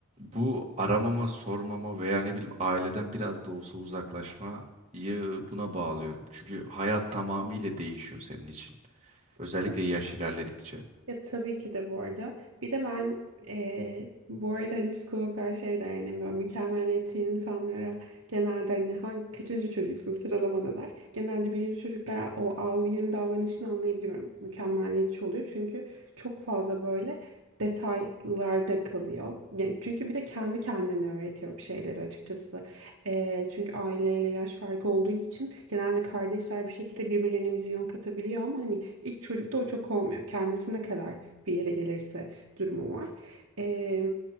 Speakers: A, on the right (about 30°); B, on the right (about 65°).
A: Bu aramama, sormama veya ne bileyim aileden biraz da olsa uzaklaşmayı buna bağlıyorum. Çünkü hayat tamamıyla değişiyor senin için.
B: <laughs>
A: Özellikle yaş ilerledikçe.
B: Ya tabii ki de bu arada. Bir de ben eee, bu arada hani psikologlar şey der hani böyle mükemmeliyetçi insanlara genelde hani hangi, kaçıncı çocuksun sıralamada der. Genelde birinci çocuklar o avinin davranışını anlayabiliyorum. Mükemmeliyetçi oluyor çünkü çok fazla böyle detaylarda kalıyor. Yani çünkü bir de kendi kendine öğretiyor bir şeyleri açıkçası. Eee, çünkü aileyle yaş farkı olduğu için genelde kardeşler bir şekilde birbirlerine vizyon katabiliyor ama hani İlk çocukta o çok olmuyor. Kendisi ne kadar bir yere gelirse durumu var. Ee,